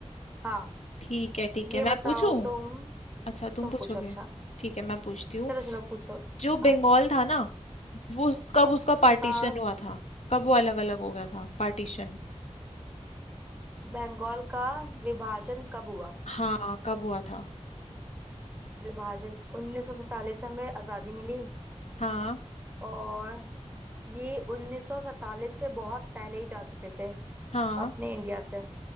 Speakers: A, on the right (about 15°); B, on the left (about 70°).
A: हाँ
B: ठीक है ठीक है
A: ये
B: मैं
A: बताओ
B: पूछूं
A: तुम
B: अच्छा तुम
A: तुम
B: पूछोगे
A: पूछो अच्छा
B: ठीक है मैं पूछती हूँ
A: चलो चलो पूछो
B: जो
A: हाँ
B: बंगाल था ना वो उस- कब उसका पार्टीशन
A: हाँ
B: हुआ था कब वो अलग अलग हो गया था पार्टीशन
A: बंगाल का विभाजन कब हुआ
B: हाँ कब हुआ था
A: विभाजन 1947 में हमें आजादी मिली
B: हाँ
A: और ये 1947 से बहुत पहले ही जा चुके थे
B: हाँ
A: अपने इंडिया से